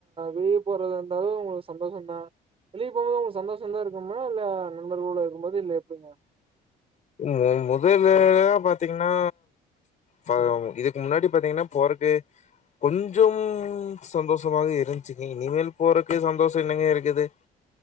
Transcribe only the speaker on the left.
மு மொதல்லாம் பாத்தீங்கன்னா ஃப இதுக்கு முன்னாடி பாத்தீங்கன்னா போறக்கு கொஞ்சம் சந்தோஷமாக இருந்துச்சுங்க இனிமேல் போறக்கு சந்தோஷம் என்னங்க இருக்குது